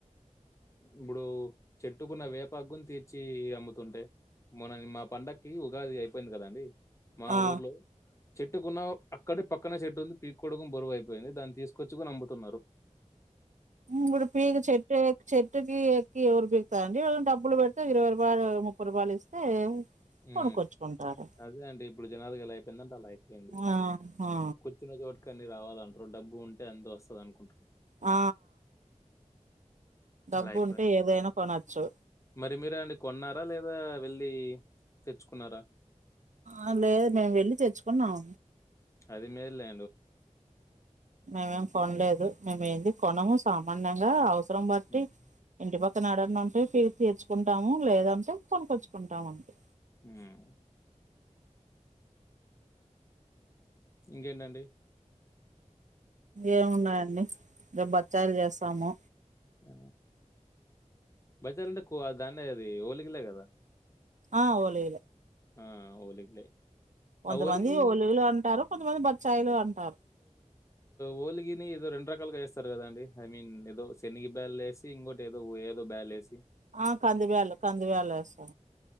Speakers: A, on the left; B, on the right.
A: ఇప్పుడు చెట్టుకున్న వేపా్గుని తీర్చి అమ్ముతుంటే మొన్న నిను మా పండక్కి ఉగాది అయిపోయింది కదండి మా
B: ఆ
A: ఊర్లో చెట్టుకున్న అక్కడే పక్కనే చెట్టు ఉంది పీకకోవడడం బరువుైయిపోఇంది దాన్ని తీసుకొచ్చుకొని అమ్ము న్నారు
B: మేం కూడ్ పిక్ చెట్టు ఎ చెట్టేక్కి ఎవర్ ఎక్కి బిక్కుతారండీ <unintelligible> డబ్బులు పెడితే ఇరవై రూపాయలు ముప్పై రూపాయలు ఇస్తే
A: ఉ
B: కొనుక్కొచ్చుకుంటారు
A: అదే అండి ఇప్పుడు జనాలకేలా అయిపోయిందంటే అలా అయిపోయింది
B: ఆహా
A: కూర్చున్న చోటు కాని రావాలంట్రు డబ్బు ఉంటే అంత వస్తాదనుకుంటారు
B: ఆ డబ్బు
A: అలా అయిపోయింది
B: ఉంటే ఏదైనా కొనొచ్చు
A: మరి మీరు అండి కొన్నారా లేదా వెళ్ ళ్ళీ తెచ్చుకున్నారా
B: ఆ లేదు నేన్ వెళ్ళి తెచ్చుకున్నాం
A: అది మేల్లే
B: మేమేం కొనలేదు మేము ఏంది కొనము సామ నంగ తంబట్టి
A: హ్మ్.
B: ఇంటి పక్క అతనడనింటే పిరు తీ తెర్చ్చుకుంటాము లేదంటే కొనికొచ్చుకుంటాముండి
A: మ్ ఇంకేంటండి
B: ఏమున్నాయండి బచ్చాయిలు చేస్తాము
A: ఆ బజార్ అంటే కో దాన్న అది ఓలికిలే కదా
B: ఆ ఓలిలే
A: ఆ వోలిగల్
B: కొంతమంది
A: ఆ హోలిగి
B: ఒలుగులు అంటారు కొంతమంది బచ్చాయిలు అంటారు
A: హోలిగని ఇ రెం రకాలుగా వస్త స్తారు కదండి ఐ మీన్ ఏదో శనగి బ్యాల్ వేసి ఇంకోటి ఏదో ఏదో బ్యాల్ వేసి
B: ఆ కంది వయాల కంది వేాల వస్తా